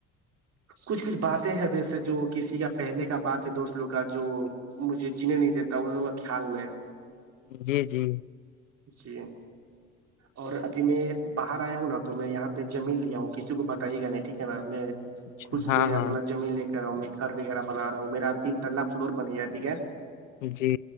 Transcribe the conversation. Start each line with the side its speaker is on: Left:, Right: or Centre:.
Right: کچھ کچھ باتیں ہے ویسے جو کسی کا پہنے کا بات ہے دوست لوگ کا جو مجھے جینے نہیں دیتا ان لوگوں کا خیال میں
Left: جی جی
Right: جی اور ابھی میں باہر آیا ہوں نا تو میں یہاں پہ جمیین لیا ہوں کسی کو بتائیے گا نہیں ٹھیک ہے نا میں
Left: اچھا
Right: خود سے
Left: ہاں
Right: اپنا
Left: ہاں
Right: زمین لے کرا ہوں میں گھر وغیرہ بنا رہا ہوں میرا تین تق فلور بن ج ٹھیک ہے
Left: جی